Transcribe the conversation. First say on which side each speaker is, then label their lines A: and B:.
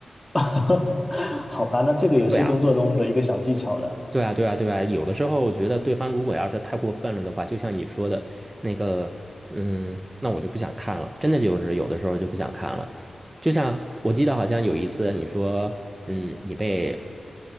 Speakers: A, on the left (about 15°); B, on the right (about 25°).
A: <laughs> 好吧，那这个也是工作中的一个小技巧了。
B: 对啊。对啊，对啊，对啊，有的时候我觉得对方如果要是太过分了的话，就像你说的那个，嗯，那我就不想看了，真的就是有的时候就不想看了。就像我记得好像有一次你说，嗯，你被